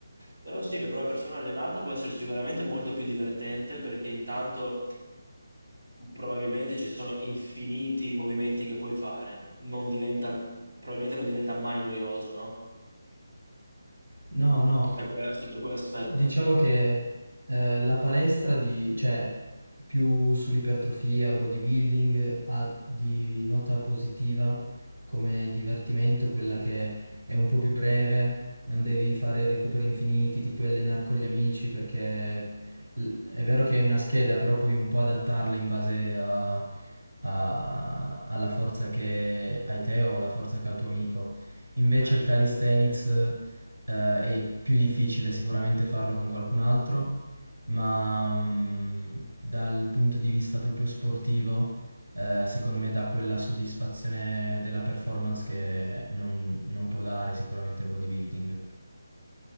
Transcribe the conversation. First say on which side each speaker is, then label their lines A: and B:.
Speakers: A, on the right (about 65°); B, on the right (about 85°).
A: Però sì, per una persona allenata può essere sicuramente molto più divertente perché intanto probabilmente ci sono infiniti movimenti che puoi fare, non diventa, probabilmente non diventa mai noioso, no?
B: No, no,
A: Da que- sotto quell'aspetto.
B: diciamo che eh, la palestra di, cioè più sull'ipertrofia, bodybuilding, ha di nota positiva come divertimento quella che è un po' più breve, non devi fare recuperi infiniti, ti puoi allenare con gli amici perché l- è vero che hai una scheda, però puoi un po' adattarla in base a- a- alla forza che hai te o alla forza che ha il tuo amico. Invece
A: Eh
B: il calisthenics
A: certo,
B: eh, è più difficile sicuramente farlo con qualcun altro, ma mm, dal punto di vista proprio sportivo, eh, secondo me dà quella soddisfazione della performance che non, non può dare sicuramente il bodybuilding.